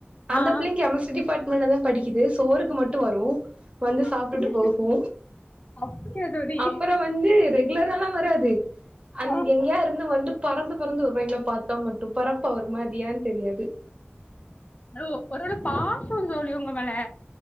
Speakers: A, on the right (about 30°); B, on the left (about 35°).
A: அந்த
B: ஆ ஆ
A: பிள்ளைையு கெமிஸ்ட்ரி டிப் பாட்மெண்ட்லதா படிக்குது சோறுக்கு மட்டு வரு வந்து சாப்ட்டுட்டு
B: அப்டி
A: போகு
B: அப்டியா தோழி
A: அப்பறோ வந்து ரெகுலர்ராலா வராது அந்
B: ஆமா
A: எங்கயா இருந்து வந்து பறந்து பறந்து வருவா எங்கள பாத்தா மட்டு பறப்பா ஒருமாரி யான்னு தெரியாது
B: ஹலோ ஒரு ஒரு பாசோம் தோழி உங்க மேல